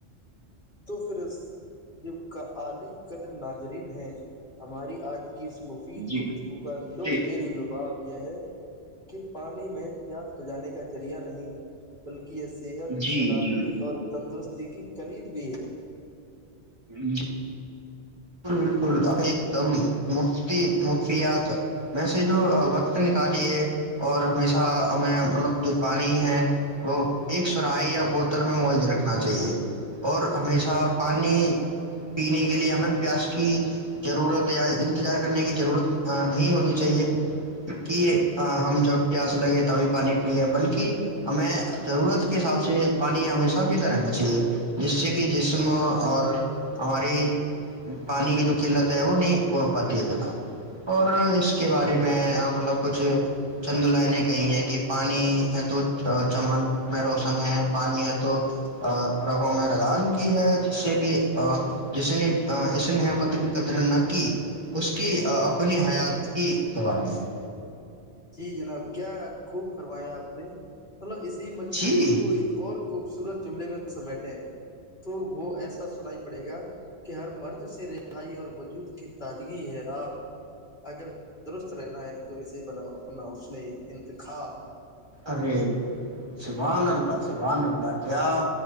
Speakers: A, on the left (about 60°); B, on the right (about 25°).
A: تو پھر اس جب کا اعلی قدر ناظرین ہے ہماری آج اس مفید
B: جی
A: گفتگو کا لطف
B: جی
A: ار لباب یہ ہے کہ پانی محض پیاس بجانے کا ذریعہ نہیں بلکہ اس صحت
B: جی
A: سداوتی
B: جی
A: اور تندرست ج کی کلی بھی ہے
B: ہوں بالکل بالکل ایک دم مفتی مففیات میں سے جو وقت نکالیے اور ہمیشہ ہمیں مطلب جو پانی ہے وہ ایک سراہی یا بوتل میں موجود رکھنا چاہیے اور ہمیشہ پانی پینے کے لیے ہمیں پیاس کی ضرورت یا انتظار کرنے کی ضرورت نہیں ہونی چاہیے کہ ہم جب پیاس لگے تبھی پانی پیے بلکہ ہمیں ضرورت کے حساب سے پانی ہمیشہ پیتا رہنا چاہیے جس سے کہ جسم اور ہماراری پانی کی جو قلت ہے وہ نہیں ہو پاتی ہے کے بعد اور اس کے بارے میں مطلب کچھ چند لائن کہئی ہیں کہ پانی ہے تو چمن میں روشن ہے پانی ہے تو رگوں میں رگان بھی ہے جس سے کہ جس نے اسن ہممت کی قدر نہ کی اس کی اپنی حیات ہی دبانی ہے
A: جی جناب کیا خوب فرمایا آپ نے مطلب اسی مجمون
B: جی
A: کو ایک اور خوبصور ور جملے میں سمیٹیں تو وہ ایسا سنائی پڑے گا کہ ہر مرض سے رہائی اور وجود کی تازگی ہے آپ اگرندرست رہنا ہے تو اسے بناؤ آ اپنا اس نے انتخاب
B: ارے سبحان اللہ سبحان اللہ کیا